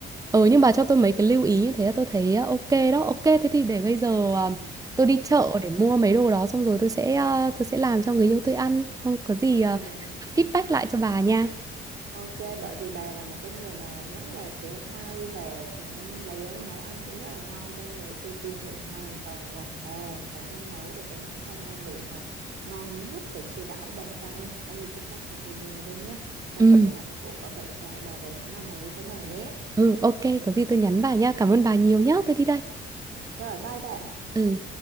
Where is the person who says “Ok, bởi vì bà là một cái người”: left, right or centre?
Right